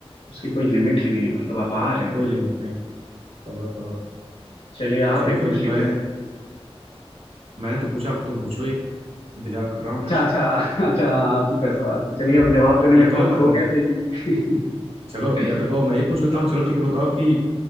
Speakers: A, on the left; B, on the right.
A: उसकी कोई लिमिट ही नहीं है मतलब अपार है एकदम
B: कोई लिमिट नहीं बहुत बहुत
A: चलिए आप
B: चलो
A: एक
B: फिर
A: पूछ लीजिए
B: मैं मैंने तो पूछा अब तुम पूछो एक इंतजार कर रहा हूँ
A: अच्छा
B: मैं
A: अच्छा <laughs> अच्छा आप ही का सवाल तो चलिए
B: <laughs>
A: हम जवाब देने
B: या
A: में इतना
B: कहो
A: खो
B: मैं-
A: गए थे कि
B: चलो
A: <laughs>
B: या तो कहो मैं ही पूछ लेता हूँ चलो ठीक है बताओ कि